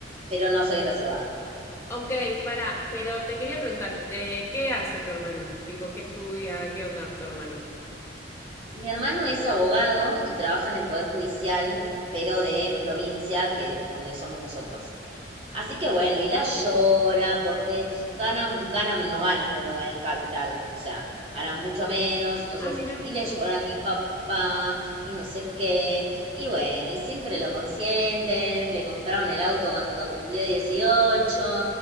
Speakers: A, on the right (about 35°); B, on the left (about 15°).
A: pero no soy reservada.
B: Ok, pará, pero te quería preguntar, ¿de qué hace tu hermano? Tipo, ¿qué estudia? ¿Qué onda tu hermano?
A: Mi hermano es abogado y trabaja en el Poder Judicial, pero de provincia, que de donde somos nosotros. Así que bueno, y la llora porque ganan, ganan, no ganan como ganan en capital, o sea, ganan mucho menos, entonces,
B: Ah, mira.
A: y le llora a mi papá y no sé qué, y bueno, y siempre lo consienten, le compraron el auto cuando cumplió 18.